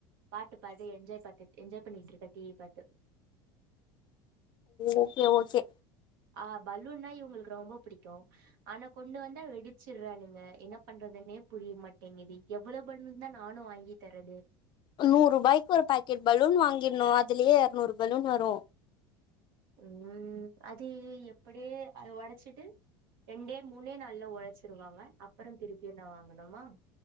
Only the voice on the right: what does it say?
பாட்டு பாடி என்ஜாய் பாத்து என்ஜாய் பண்ணிட்ருக்க டிவி பாத்து
ஆ பலூன்னா இவங்களுக்கு ரொம்ப புடிக்கு ஆனா கொண்டு வந்தா வெடிச்சுறானுங்க என்ன பண்றதுன்னே புரிய மாட்டேங்குது எவ்வளவு பலூன்தா நானு வாங்கி தரது
ம் அது எப்படியே அத ஒடச்சிட்டு ரெண்டே மூணே நாள்ல ஒடச்சுருவாங்க அப்பரோ திருப்பியு நா வாங்கனுமா